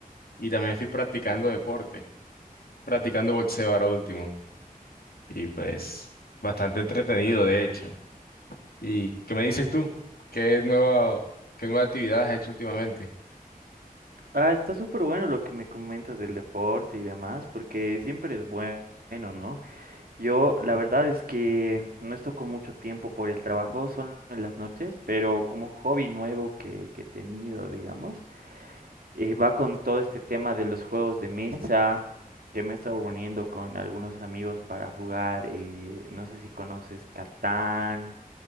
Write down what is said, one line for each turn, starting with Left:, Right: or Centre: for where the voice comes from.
Left: Y también estoy practicando deporte, practicando boxeo ahora último. Y pues bastante entretenido de hecho. ¿Y qué me dices tú? ¿Qué nueva, qué nueva actividad has hecho últimamente?
Right: Ah, está súper bueno lo que me comentas del deporte y demás, porque siempre es bueno, ¿no? Yo la verdad es que no estoy con mucho tiempo por el trabajo, solo en las noches, pero como hobby nuevo que, que he tenido, digamos. eh, va con todo este tema de los juegos de mesa, que me he estado reuniendo con algunos amigos para jugar, eh, no sé si conoces Catán,